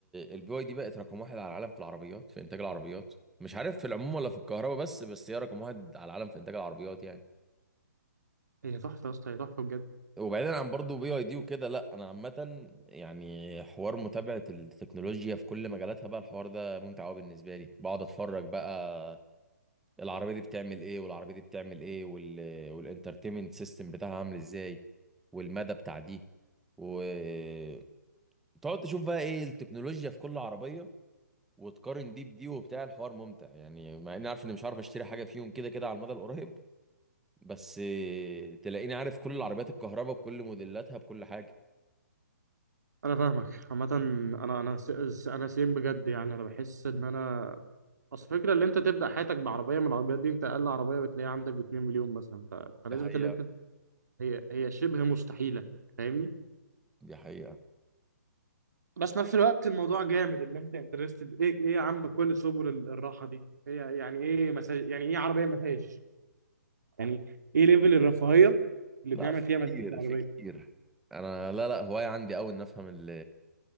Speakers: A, in the centre; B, on the right (about 65°).
A: البي واي دي بقت رقم واحد على العالم في العربيات في انتاج العربيات مش عارف في العموم ولا في الكهرباء بس بس هي رقم واحد على العالم في انتاج العربيات يعني
B: هي تحفه يا اسطى هي تحفه بجد
A: وبعيدا عن برضه بي اي دي وكده لا انا عامه يعني حوار متابعه التكنولوجيا في كل مجالاتها بقى الحوار ده ممتع قوي بالنسبه لي بقعد اتفرج بقى العربيه دي بتعمل ايه والعربيه دي بتعمل ايه وال والانترتينمنت سيستم بتاعها عامل ازاي والمدى بتاع دي وتقعد تشوف بقى ايه التكنولوجيا في كل عربيه وتقارن دي بدي وبتاع الحوار ممتع يعني مع اني عارف اني مش عارف اشتري حاجه فيهم كده كده على المدى القريب بس تلاقيني عارف كل العربيات الكهرباء بكل موديلاتها بكل حاجه
B: انا فاهمك عامه انا انا س- س- انا سيم بجد يعني انا بحس ان انا اصل فكرة اللي انت تبدا حياتك بعربيه من العربيات دي انت اقل عربيه بتلاقيها عندك ب 2 مليون مثلا ف... فنسبه
A: دي حقيقة
B: اللي انت هي هي شبه مستحيله فاهمني
A: دي حقيقة
B: بس نفس الوقت الموضوع جامد اللي انت انترستد ايه ايه يا عم كل سبل ال- الراحه دي هي يعني ايه مساج يعني ايه عربيه مساج يعني ايه ليفل الرفاهيه اللي
A: لا
B: بنعمل
A: في
B: فيها مساج
A: كتير
B: عربيه
A: في كتير انا لا لا هواية عندي قوي ان افهم ال